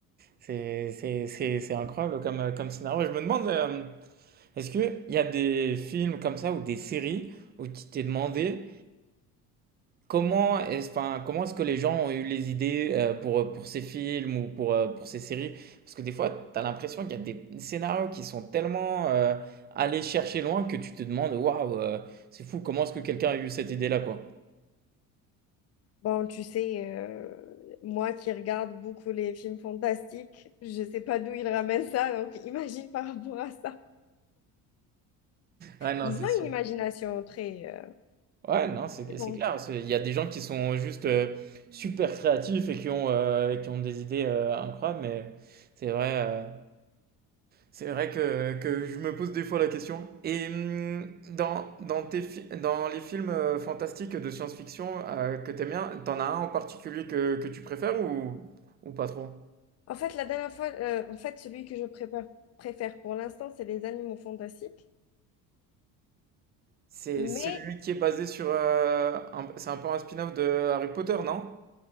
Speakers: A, on the right; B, on the left.
A: c'est c'est c'est c'est incroyable comme euh, comme scénario. Je me demande, euh, est-ce que il y a des films comme ça ou des séries où tu t'es demandé. Comment est-ce, enfin, comment est-ce que les gens ont eu les idées euh, pour, pour ces films ou pour, euh, pour ces séries? Parce que des fois, tu as l'impression qu'il y a des scénarios qui sont tellement euh, allés chercher loin que tu te demandes, waouh, euh, c'est fou, comment est-ce que quelqu'un a eu cette idée-là, quoi?
B: Bon, tu sais, euh, moi qui regarde beaucoup les films fantastiques, je sais pas d'où ils ramènent ça, donc <laughs> imagine par rapport à ça.
A: Ouais, non,
B: Ils
A: c'est
B: ont
A: sûr.
B: une imagination très euh,
A: Ouais, non, c'est
B: étendue.
A: c'est clair. c'est- Il y a des gens qui sont juste euh, super créatifs et qui ont, euh, qui ont des idées euh, incroyables, mais c'est vrai. euh, C'est vrai que, que je me pose des fois la question. Et hum, dans, dans, tes fi- dans les films euh, fantastiques de science-fiction euh, que t'aimes bien, t'en as un en particulier que, que tu préfères ou, ou pas trop?
B: En fait, la dernière fois, euh, en fait, celui que je prépare- préfère pour l'instant, c'est les animaux fantastiques.
A: C'est
B: Mais
A: celui qui est basé sur... euh, un- c'est un peu un spin-off de Harry Potter, non?